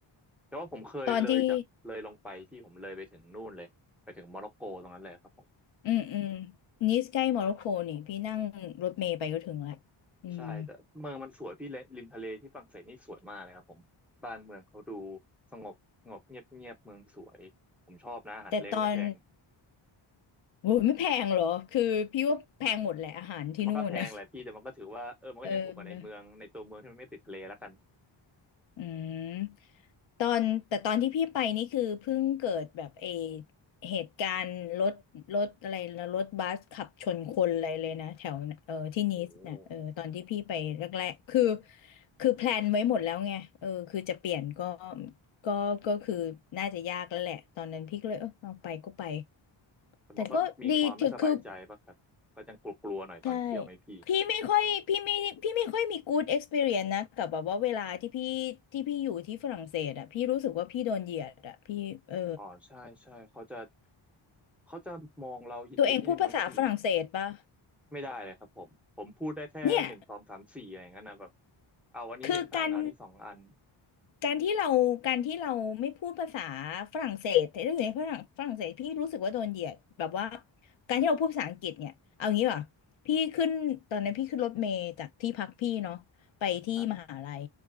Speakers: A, in the centre; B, on the left.
A: แต่ว่าผมเคยเลยจากเลยลงไปที่ผมเลยไปถึงนู่นเลยไปถึงโมร็อกโกตรงนั้นเลยครับผม
B: ตอนที่อืมอืมนิสใกล้โมร็อกโกนี่พี่นั่งรถเมล์ไปก็ถึงละอืม
A: ใช่แต่เมืองมันสวยพี่เลริมทะเลที่ฝรั่งเศสนี่สวยมากเลยครับผมบ้านเมืองเขาดูสงบสงบเงียบเงียบเมืองสวยผมชอบนะอาหารทะเลก็ไม่แพง
B: แต่ตอนโหไม่แพงเหรอ คือพี่ว่าแพงหมดแหละอาหารที่นู่นนะ
A: มันก็แพงแหละพี่แต่มันก็ถือว่าเออมันก็ยังถูกกว่าในเมืองในตัวเมืองที่มันไม่ติดทะเลแล้วกัน
B: เออ อืมตอนแต่ตอนที่พี่ไปนี่คือเพิ่งเกิดแบบเอเหตุการณ์รถรถอะไรนะรถบัสขับชนคนอะไรเลยนะแถวเออที่นีสเนี่ยเออตอนที่พี่ไปแรกๆคือ
A: โอ้
B: คือแพลนไว้หมดแล้วไงเออคือจะเปลี่ยนก็ก็ก็คือน่าจะยากแล้วแหละตอนนั้นพี่ก็เลยเออเอาไปก็ไป
A: แต่มันก็มีความไม่สบายใจป่ะครับก็ยังกลัวๆหน่อยตอนเที่ยวไหมพี่
B: แต่ก็ดีถือคือ ใช่พี่ไม่ค่อยพี่ไม่พี่ไม่ค่อยมี good experience นะกับแบบว่าเวลาที่พี่ที่พี่อยู่ที่ฝรั่งเศสอะพี่รู้สึกว่าพี่โดนเหยียดอะพี่เออ
A: อ๋อใช่ใช่เขาจะเขาจะมองเราเหยียดๆนิดนึงนะพี่
B: ตัวเองพูดภาษาฝรั่งเศสปะ
A: ไม่ได้เลยครับผมผมพูดได้แค่หนึ่งสองสามสี่อะไรอย่างนั้นนะแบบ
B: เนี่ย
A: เอาอันนี้หนึ่งอันเอาอันนี้สองอัน
B: คือการ การที่เราการที่เราไม่พูดภาษาฝรั่งเศสแต่ถ้าอยู่ในฝรั่งฝรั่งเศสพี่รู้สึกว่าโดนเหยียดแบบว่าการที่เราพูดภาษาอังกฤษเนี่ยเอางี้ป่ะพี่ขึ้นตอนนั้นพี่ขึ้นรถเมล์จากที่พักพี่เนาะไปที่มหาลัย
A: ครับ